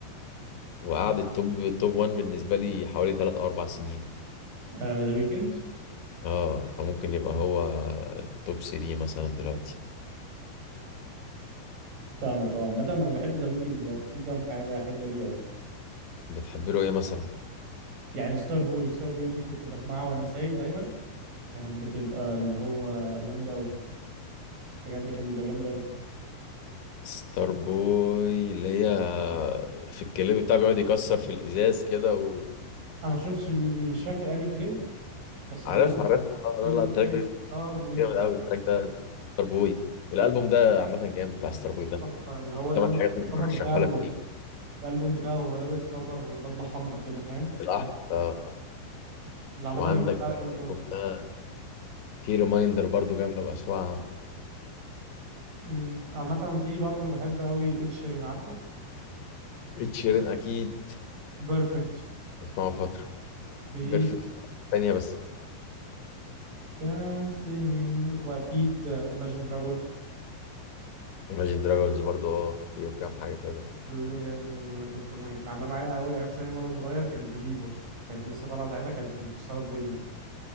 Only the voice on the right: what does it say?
ذا ويكند
فاهمك اه عامة انا بحب ذا ويكند برضه في كام حاجة حلوة ليه قوي
يعني ستار بوي ستار بوي دي كنت بسمعها وانا سايق دايما كانت بتبقى اللي هو جامدة قوي بجد كان بيبقى جامد قوي
انا ما شفتش م- مش فاكر انهي كليب بس اللي
هي
وي
دونت
كري
اه وي
جاست
تحفة اللي هو الالبوم
الكفر
بتاعه
الالبوم بتاعه هو لابس كفر بدلة حمراء كده فاهم
ده
اللي عامة
اللي بتاعه جامد قوي.
امم عامة في برضه بحب قوي ed sheeran عارفه
بيرفكت
بي
دانسين ان واكيد ايماجين دراجونز
اللي, يعني اللي كنت كانت معلقه معايا قوي ايام ثانوي وانا صغير كانت بليفر كانت لسه طالعه ساعتها كانت مكسره الدنيا